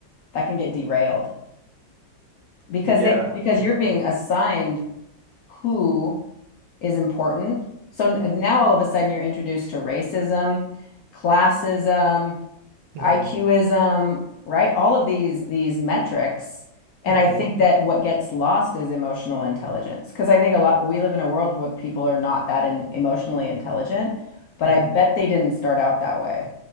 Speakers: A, on the left; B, on the right.
A: that can get derailed because
B: Yeah.
A: they because
B: Mm-hmm,
A: you're being assigned who is important. So n- now all of a sudden you're introduced to racism, classism,
B: mm-hmm,
A: IQism, right? All of these these metrics. And
B: mm-hmm,
A: I think that what gets lost is emotional intelligence because I think a lot we live in a world where people are not that in, emotionally intelligent, but
B: mm-hmm.
A: I bet they didn't start out that way.